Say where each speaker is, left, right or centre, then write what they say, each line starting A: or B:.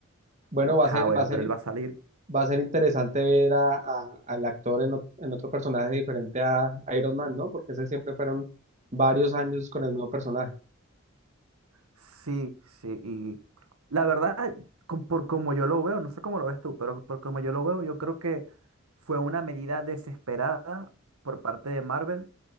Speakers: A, on the right; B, on the right.
A: Bueno, va
B: Ajá,
A: a ser,
B: bueno,
A: va a
B: pero
A: ser,
B: él va a salir
A: Va a ser interesante ver a, a- al actor en, ot- en otro personaje diferente a Iron Man, ¿no? Porque ese siempre fueron varios años con el mismo personaje.
B: Sí, sí, y la verdad, com- por como yo lo veo, no sé cómo lo ves tú, pero por como yo lo veo, yo creo que fue una medida desesperada por parte de Marvel